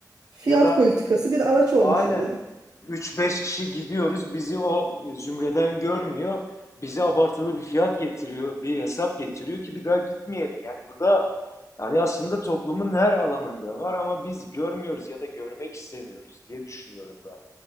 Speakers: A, on the right (about 65°); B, on the left (about 45°).
A: fiyat
B: Ya da
A: politikası bir araç
B: Aynen.
A: olmuş oluyor.
B: üç beş kişi gidiyoruz. Bizi o zümreden görmüyor. Bize abartılı bir fiyat getiriyor, bir hesap getiriyor ki bir daha gitmeyelim. Yani bu da yani aslında toplumun her alanında var ama biz görmüyoruz ya da görmek istemiyoruz diye düşünüyorum ben.